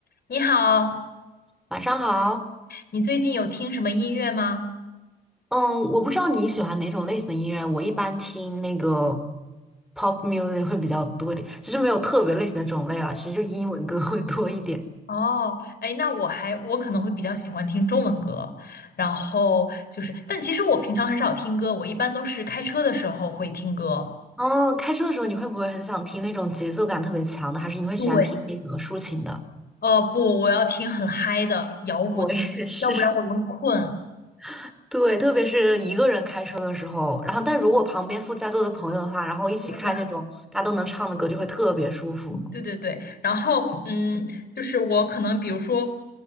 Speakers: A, on the left (about 50°); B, in the centre.
A: 你好，
B: 晚上好，
A: 你最近有听什么音乐吗？
B: 嗯，我不知道你喜欢哪种类型的音乐，我一般听那个 pop music 会比较多一点，其实没有特别类型的种类啦，其实就英文歌会多一点。
A: 哦，哎，那我还我可能会比较喜欢听中文歌，然后就是，但其实我平常很少听歌，我一般都是开车的时候会听歌。
B: 哦，开车的时候你会不会很想听那种节奏感特别强的，还是你会喜欢听那个抒情的？
A: 对，呃，不，我要听很嗨的摇滚的，
B: <laughs> 我也是，
A: 要不然我容易困。
B: <laughs> 对，特别是一个人开车的时候，然后但如果旁边附在座的朋友的话，然后一起开那种大家都能唱的歌，
A: 对对还
B: 就会特别舒服。
A: 对对对，然后嗯，就是我可能比如说